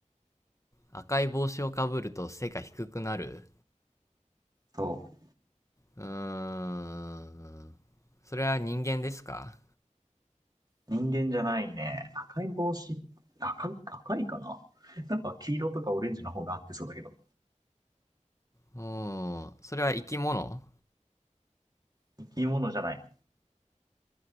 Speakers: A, on the left (about 25°); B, on the right (about 30°).
A: 赤い帽子をかぶると背が低くなる
B: そう。
A: うーん。それは人間ですか
B: 人間じゃないね。赤い帽子、赤い、赤いかな <laughs> なんか黄色とかオレンジの方が合ってそうだけど。
A: うーん。それは生き物
B: 生き物じゃない。